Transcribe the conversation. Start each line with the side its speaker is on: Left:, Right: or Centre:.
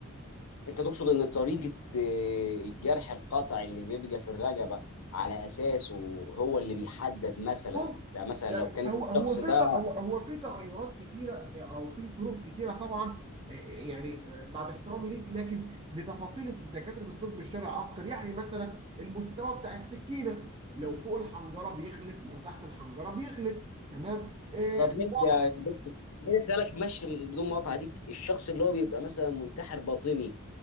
Left: انت تقصد ان طريقة آه، الجرح القطع اللي بيبقى في الرقبة على اساسه هو اللي بيحدد مثلا
Right: بص
Left: ده مثلا
Right: ده
Left: لو
Right: ده-
Left: كان
Right: هو هو
Left: الشخص
Right: في
Left: ده
Right: ت- هو هو في تغيرات كتيره او في فروق كتيره طبعا آه، يعني آه، بعد احترامي ليك لكن بتفاصيل دكاتره الطب الشرعي اكتر يعني مثلا المستوى بتاع السكينه لو فوق الحنجره بيخلف لو تحت الحنجره بيخلف تمام آه،
Left: طب ماشي
Right: الوضع
Left: يا يا دكتور مين اسالك ماشي بدون مقاطعة ديك الشخص اللي هو بيبقى مثلا منتحر باطني